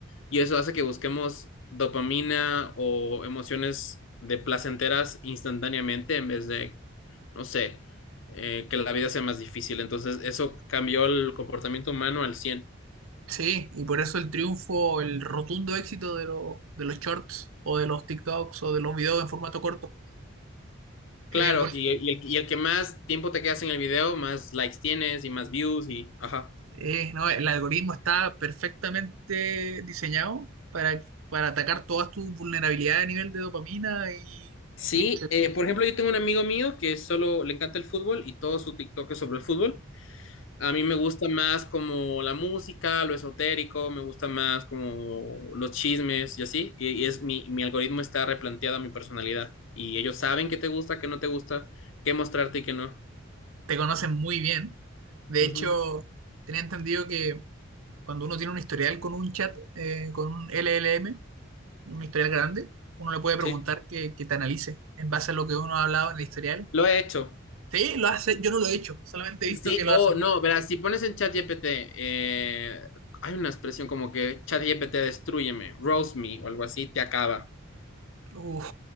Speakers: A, on the left (about 65°); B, on the right (about 80°).
A: y eso hace que busquemos dopamina o emociones de placenteras instantáneamente en vez de, no sé, eh, que la vida sea más difícil. Entonces, eso cambió el comportamiento humano al 100.
B: Sí, y por eso el triunfo, el rotundo éxito de, lo- de los shorts o de los TikToks o de los videos en formato corto.
A: Claro,
B: Eh, por-
A: y, y el, y el que más tiempo te quedas en el video, más likes tienes y más views y, ajá.
B: Eh, no, el algoritmo está perfectamente diseñado para, para atacar todas tus vulnerabilidades a nivel de dopamina y,
A: Sí,
B: y etcétera.
A: eh, por
B: ¿sí?
A: ejemplo, yo tengo un amigo mío que solo le encanta el fútbol y todo su TikTok es sobre el fútbol. A mí me gusta más como la música, lo esotérico, me gusta más como los chismes y así. Y, y es mi, mi algoritmo está replanteado a mi personalidad. Y ellos saben qué te gusta, qué no te gusta, qué mostrarte y qué no.
B: Te conocen muy bien. De
A: Ujú,
B: hecho, tenía entendido que cuando uno tiene un historial con un chat, eh, con un LLM, un historial grande, uno le puede preguntar
A: Sí,
B: que, que te analice en base a lo que uno ha hablado en el historial.
A: lo he hecho.
B: Sí, lo hace, yo no lo he hecho, solamente he
A: Sí,
B: visto que lo
A: o
B: hacen.
A: no, verás, si pones en ChatGPT, eh, hay una expresión como que ChatGPT destrúyeme, roast me o algo así, te acaba.
B: Uf,